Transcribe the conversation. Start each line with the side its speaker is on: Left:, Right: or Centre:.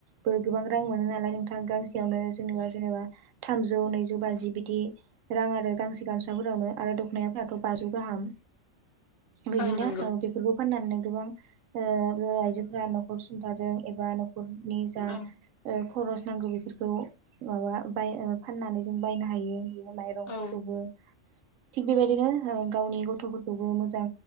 Right: बो गोबां रां मोनो नालाय नोंथां गांसेयावनो जेनेबा जेनेबा थामजौ नैजौ बाजि बिदि रां आरो गांसे गामसाफोरावनो आरो दख'नायाफोराथ' बाजौ गाहाम बिदिनो
Left: औ नंगौ
Right: ओ बेफोरखौ फाननानै गोबां ओ बर' आइजोफोरा न'खर सुंथारादों एबा नख जा
Left: औ
Right: ओ खरस नांगौ बेफोरखौ माबा बाय फाननानै जों बायनो हायो बेनो म
Left: औ
Right: फोरखौबो थिग बेबायदिनो गावनि गथ'फोरखौबो मोजां